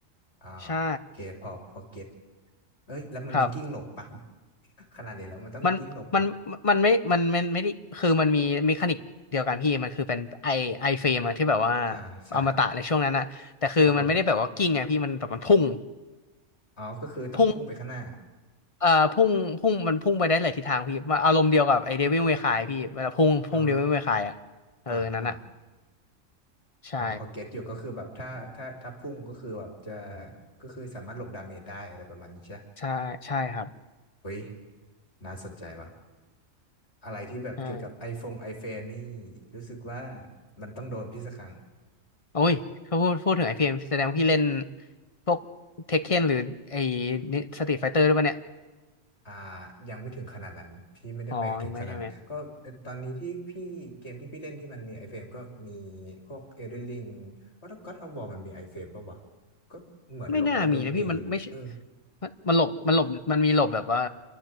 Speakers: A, on the left; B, on the left.
A: อ่าโอเคพอพอเก็ต
B: ใช่
A: เอ้ยแล้วมันมีกิ้งหลบปะ
B: ครับ
A: <laughs> ขนาดนี้แล้วมันต้องมีกิ้งหลบปะ
B: มันมันมันไม่มันมันไม่ได้คือมันมีเมคานิกเดียวกันพี่มันคือเป็นไอไอเฟรมอะที่แบบว่า
A: อ่าใช่
B: อมตะในช่วงนั้นอะแต่คือมันไม่ได้แบบว่ากิ้งไงพี่มันแบบมันพุ่ง
A: ครับผมอ๋อก็คือต้องพุ่งไปข้างหน้า
B: พุ่งเอ่อพุ่งพุ่งมันพุ่งไปได้หลายทิศทางพี่มันอารมณ์เดียวกับไอเดวิลเมคายพี่เวลาพุ่งพุ่งเดวิลเมคายอะเออนั่นอะ
A: อ๋ออ่าอ่า
B: ใช่
A: อ๋อพอเก็ตอยู่ก็คือแบบถ้าถ้าถ้าพุ่งก็คือแบบจะ ก็คือสามารถหลบดาเมจได้อะไรประมาณนี้ใช่ไห
B: ใช่ใช่ครับ
A: เฮ้ยน่าสนใจว่ะอะไรที่แบบเกี่ยวกับไอโฟนไอเฟนนี่
B: ใช่
A: รู้สึกว่ามันต้องโดนพี่สักครั้ง
B: โอ้ยถ้าพูดพูดถึงไอพีเอ็มแสดงว่าพี่เล่นพวกเทคเคนหรือไอสตรีทไฟเตอร์ด้วยป่ะเนี่ย
A: อ่ายังไม่ถึงขนาดนั้นพี่ไม่ได้ไปถึงขนาดนั้นก็เอ่อตอนนี้ที่พี่เกมที่พี่เล่นที่มันมีไอเฟรมก็มี
B: อ๋อไม่ใช่ไหม
A: พวก Elden Ring ว่าถ้า God of War มันมีไอเฟรมป่าววะก็เหมือนหลบแล้วโดนตีอยู่นะเออ
B: ไม่น่ามีนะพี่มันไม่ใช่มันมันหลบมันหลบมันมีหลบแบบว่า